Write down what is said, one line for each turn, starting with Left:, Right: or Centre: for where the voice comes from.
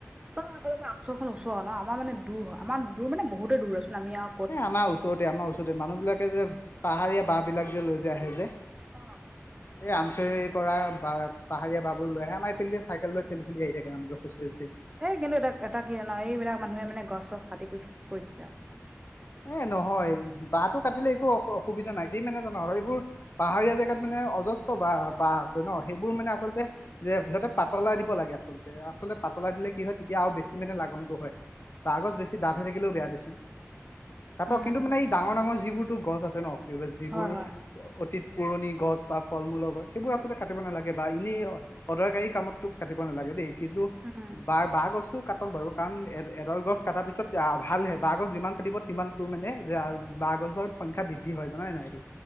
Right: ত আপোনোকৰ আমচখন ওচৰৰ হয় ন আমাৰ মানে দূৰ হয় আমাৰ দূৰ মানে বহুতে দূৰ আচোন আমি আও
Left: এ আমাৰ ওচৰতে আমাৰ ওচৰতে মানুহ বিলাকে যে পাহাৰীয়া বাঁহ বিলাক যে লৈ যে আহে যে
Right: অ'।
Left: এই আমচৰিৰ পৰা বা পাহাৰীয়া বাহবোৰ লৈ আহে আমাৰ এইফালে দি চাইকেল লৈ থেলি থেলি আহি থাকে মানুহবোৰ খোচকেজদি
Right: এই কিন্তু এটা, এটা কি জান'? এইবিলাক মানুহে মানে গছ-চছ কাটি কৰি কৰি দিছে আৰু।
Left: এ নহয়। বাঁহটো কাটিলে একো অসু অসুবিধা নাই, কি মানে জান' এইবোৰ পাহাৰীয়া জেগাত মানে অজস্ৰ বাহ, বাহ আছে ন', সেইবোৰ মানে আচলতে যে সিহতে পাতলাই দিব লাগে আচলতে। আচলতে পাতলাই দিলে কি হয়, তেতিয়া আৰু বেছি মানে লাগনটো হয়। বাঁহগছ বেছি দাঠহৈ থাকিলেও বেয়া দেচোন। কাতক
Right: উম
Left: কিন্তু মানে এই ডাঙৰ ডাঙৰ যিবোৰতো গছ আছে ন', এইবাৰ যিবোৰ
Right: হয় হয়
Left: অতীত পুৰণি গছ বা ফল-মূলৰ গছ, সেইবোৰ আচলতে কাটিব নালাগে বা ইনেই অদৰকাৰী কামত তোক কাটিব নালাগে দেই, কিন্তু
Right: উম
Left: বা বাঁহ গছটো কাটক বাৰু। কাৰণ এডাল গছ কাটাৰ পিছত ভালহে। বাঁহ গছ যিমান কাটিব সিমান তোৰ মানে বাঁহগছৰ সংখ্যা বৃদ্ধি হয়, জাননে নাই এইটো?